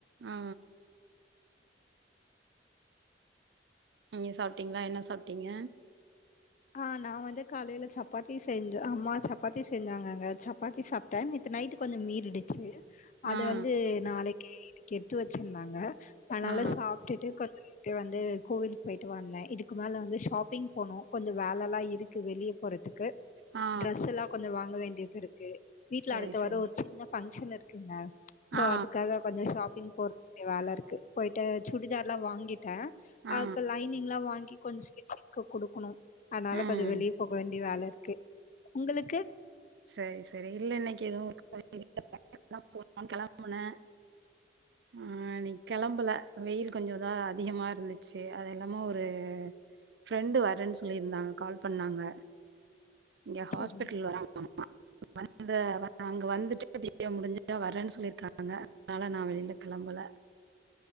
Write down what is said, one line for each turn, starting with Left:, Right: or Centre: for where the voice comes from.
Right: ஆ நீங்க சாப்ட்டீங்ளா என்ன சாப்ட்டீங்க
Left: ஆ நா வந்து காலையில சப்பாத்தி செஞ்ச அம்மா சப்பாத்தி செஞ்சாங்க அங்க சப்பாத்தி சாப் ட்ட நேத்து நைட்டு கொஞ்சோ மீறிடிச்சு அது
Right: ஆ ஆ
Left: வந்து நாளைக்கி இன்னைக்கி எடுத்து வெச்சிர்ந்தாங்க அனால
Right: ஆ
Left: சாப்டுட்டு கொஞ் அப்டியே வந்து கோவில்க் பொயிட்டு வந்த இதுக்கு மேல வந்து ஷாப்பிங் போனு கொஞ்சோ வேலலா இருக்கு வெளிய போறதுக்கு
Right: வந்து ஆ
Left: டிரஸெல்லா கொஞ்சோ வாங்க வேண்டியதுருக்கு வீட்ல
Right: சரி
Left: அடுத்த
Right: சரி
Left: வரோ ஒரு சின்ன ஃபங்க்ஷன் இருக்குங்க சோ
Right: ஆ
Left: அதுக்காக கொஞ்சோ ஷாப்பிங் போகக்குடிய வேலூருக்கு போயிட்டு சுடிதர்லா வாங்கிட்டே
Right: ஆ
Left: ஆக்கு லைனிங்லா வாங்கி கொஞ்சோ ஸ்டிச்சிங் குடுக்கணு அனால
Right: ம்
Left: கொஞ்சோ வெளிய போக வேண்டிய வேலருக்கு உங்களுக்கு
Right: செரி செரி இல்ல இன்னைக்கி எதுவு ஒர்க் <inaudible> போலான் கெளம்புனா அ நீ கெளம்பல வெயில் கொஞ்சோ தா அதிகமா இருந்துச்சு அது எல்லாமு ஒரு ஃப்ரெண்டு வரன் சொல்லிர்ந்தாங்க கால் பண்ணாங்க இங்க ஹாஸ்பிட்டில்
Left: சரி,
Right: வராங்களா வந்த வ அங்க வந்துட்டு இப்டியே முடுஞ்சா வர்ரன் சொல்லிருக்காங்க அதனால நா வெளில கெளம்பல